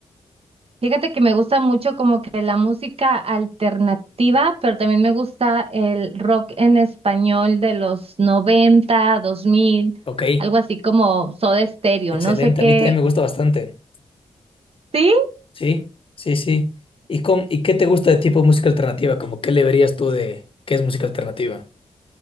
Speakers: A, on the right; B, on the left.
A: Fíjate que me gusta mucho como que la música alternativa, pero también me gusta el rock en español de los 90, 2000,
B: Ok,
A: algo así como Soda Stereo,
B: excelente.
A: no sé qué.
B: A mí también me gusta bastante.
A: Sí,
B: Sí, sí, sí. ¿Y, con, y qué te gusta de tipo de música alternativa? Como, ¿qué le verías tú de qué es música alternativa?